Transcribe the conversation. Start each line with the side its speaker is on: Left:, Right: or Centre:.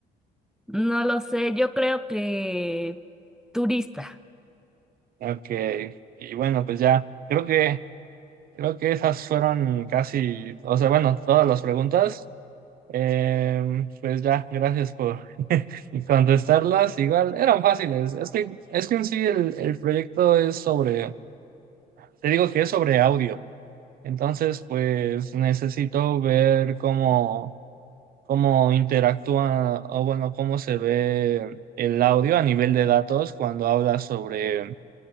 Centre: no lo sé, yo creo que turista.
Right: Ok, y bueno, pues ya, creo que, creo que esas fueron casi, o sea, bueno, todas las preguntas. Em, pues ya, gracias por Y contestarlas igual eran fáciles. Es que, es que en sí el, el proyecto es sobre, te digo que es sobre audio. Entonces, pues necesito ver cómo, cómo interactúa o bueno, cómo se ve el audio a nivel de datos cuando habla sobre,